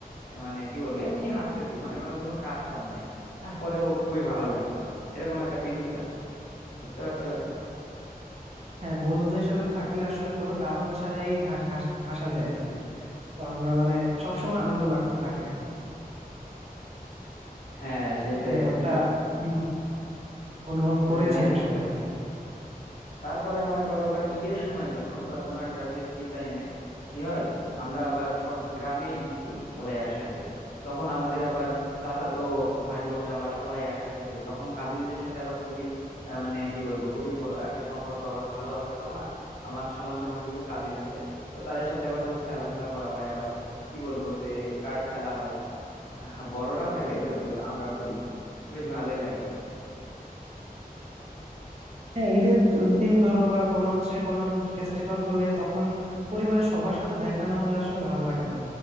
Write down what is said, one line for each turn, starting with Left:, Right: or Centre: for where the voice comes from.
Left: আহ, মানে কি বলবো এমনি হাঁটতেছি মনে কোনো কোনো কাজ কাম নাই তারপরেও খুবই ভালো লাগছে এরকম একটা ফিলিংস আসে বুঝতে পারছো
Right: হ্যাঁ বন্ধুদের সাথে থাকলে আসলে কোনো কারণ ছাড়াই হাস- হাস- হাসা যায় আর কি তো আমরা মানে সব সময় আনন্দ লাগতে থাকে
Left: হ্যাঁ সেটাই
Right: এই ব্যাপারটা
Left: আর কি বুঝতে পারছি
Right: আমিও অনুভব
Left: হ্যাঁ
Right: করেছি এক সময় আর কি
Left: তারপরে মনে করো আবার ঈদের সময় যখন বা কোনো একটা ফেস্টিভ টাইমে কি হয় আমরা আবার সব গ্রামে ঈদ করি সবাই একসাথে তখন আমাদের আবার চাচাতো ভাই বোনরা বা সবাই একসাথে হই তখন কাজিনদের সাথে আবার খুবই আহ, মানে কি বলবো খুবই ব- একটা সম্পর্ক আবার ভালো আছে তো আমার আমার সমান সমান কিছু কাজিন আছে তো তাদের সাথে আবার খুব খেলাধুলা করা হয় আবার কি বলবো ওই যে কার্ড খেলা হয় আহ, বড়রাও খেলে যদিও আমরাও খেলি বেশ ভালোই লাগে
Right: হ্যাঁ ঈদের দ-
Left: বুঝতে পারছো
Right: দিন ধরো বা কোনো হচ্ছে কোনো ফেস্টিভ্যাল হলে তখন পরিবারের সবার সাথে দেখা না হলে আসলে ভাল লাগে না